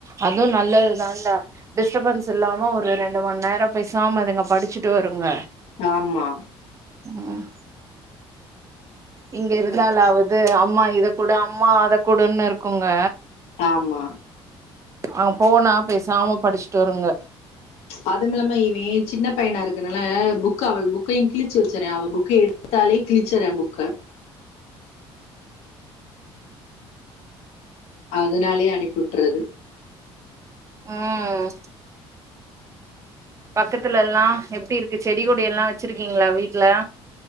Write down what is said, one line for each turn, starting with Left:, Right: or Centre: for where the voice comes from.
Right: அதுவு நல்லதுதாக்கா டிஸ்டபன்ஸ் இல்லாம ஒரு ரெண்டு இரண்டு மணி நேரம் பேசாம இருங்க படிச்சுட்டு வருங்க
Left: ஆமா
Right: உம் இங்க இருந்தால ஆவது இது அம்மா இத கூடு அம்மா அத கூடுன்னு இருக்குங்க
Left: ஆமா
Right: அங்க போனா பேசாம படிச்சுட்டு வருங்க
Left: அதுமில்லமா இவே சின்ன பையனா இருக்கனால புக்க அவள் புக்கையு கிழிச்சு வச்சுறா அவள் புக்க எடுத்தாலே கிழிச்சுறா புக்க அதனாலே அனிப்புட்டுறது
Right: உம் பக்கத்துலனா டி இருக்கு செடி கொடில்லா வெச்சிருக்கீங்ளா வீட்ல